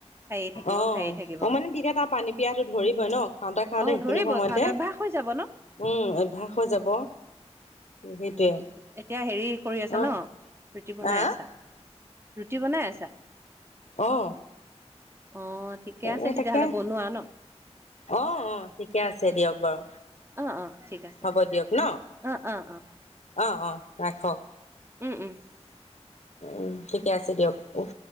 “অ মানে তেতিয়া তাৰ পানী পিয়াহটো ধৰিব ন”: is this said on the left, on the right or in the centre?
Left